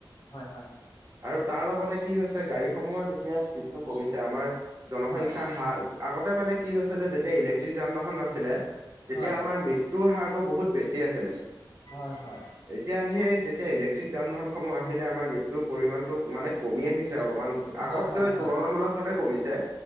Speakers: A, on the left; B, on the right.
A: হয় হয়।
B: আৰু তাৰ লগতে কি হৈছে গাড়ীসমূহৰ যেতিয়া স্পীডটো কমিছে আমাৰ জনসংখ্যা
A: হয়
B: হাৰ, আগতে মানে কি হৈছিলে যেতিয়া ইলেক্ট্ৰিক যান বাহন নাছিলে তেতিয়া
A: হয়,
B: আমাৰ মৃত্যুৰ হাৰটো বহুত বেছি আছিলে।
A: হয় হয়।
B: এতিয়া সেই যেতিয়া ইলেক্ট্ৰিক যান বাহনসমূহ আহিলে আমাৰ মৃত্যুৰ পৰিমাণটো মানে কমি আহিছে অলপমান।
A: হয়,
B: আগতকৈ
A: হয়, হয়,
B: তুলনামূলক ভাৱে কমিছে।